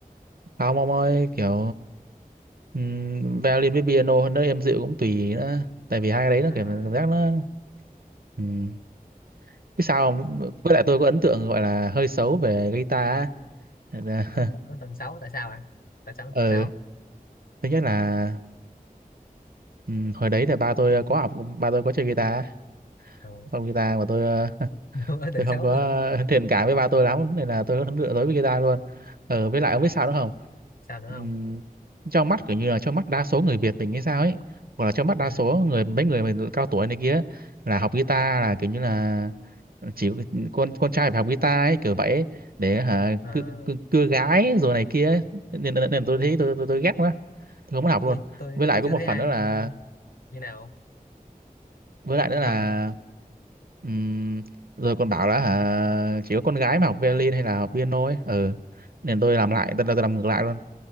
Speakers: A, on the right; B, on the left.
A: Không ông ơi, kiểu um, violin với piano nó êm dịu cũng tùy nữa. Tại vì hai cái đấy nó
B: à,
A: kiểu cảm giác nó ừm. Biết sao không? Với lại tôi có ấn tượng gọi là hơi xấu về guitar. á.
B: ấn,
A: <laughs>
B: ấn <laughs> tần xấu tại sao ạ tại sao ấn
A: Ừ,
B: tầng sáu
A: thứ nhất là ừm, hồi đấy là ba tôi có học, ba tôi có chơi guitar,
B: à,
A: phòng guitar mà tôi ờ,
B: <laughs> ấn tần
A: tôi không
B: xấu
A: có
B: luôn
A: <laughs> thiện cảm với ba tôi lắm nên là tôi lựa tới với guitar luôn ờ với lại
B: à,
A: ông biết sao nữa không
B: sao nữa
A: Ừm,
B: không
A: trong mắt kiểu như là trong mắt đa số người Việt mình hay sao ấy hoặc là trong mắt đa
B: ừ.
A: số người mấy người mình cao tuổi này kia là học guitar là kiểu như là chỉ con con trai phải học guitar ấy kiểu vậy ấy, để hả
B: à,
A: cưa, cưa, cưa gái rồi này kia ấy. nên, nên, nên tôi thấy tôi tôi, tôi ghét quá tôi không muốn học luôn
B: tôi tôi
A: với lại
B: tôi
A: có
B: chưa
A: một
B: thấy
A: phần
B: ai
A: nữa là
B: như nào
A: với lại nữa là
B: phần
A: ừm, rồi còn bảo là hả, chỉ có con gái mà học violin hay là học piano ấy ừ nên tôi làm lại tôi, tôi làm ngược lại luôn